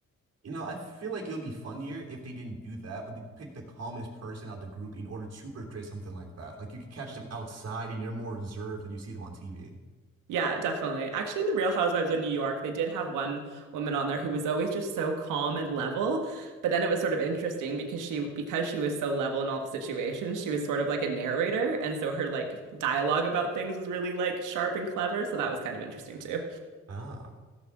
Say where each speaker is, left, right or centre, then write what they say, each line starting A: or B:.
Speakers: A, on the right; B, on the right.
A: You know, I feel like it would be funnier if they didn't do that, but they picked the calmest person out the group in order to portray something like that. Like you could catch them outside and they're more reserved than you see them on TV.
B: Yeah, definitely. Actually, in The Real Housewives of New York, they did have one woman on there who was always just so calm and level. But then it was sort of interesting because she because she was so level in all the situations, she was sort of like a narrator, and so her like dialogue about things was really like sharp and clever, so that was kind of interesting too.
A: Ah,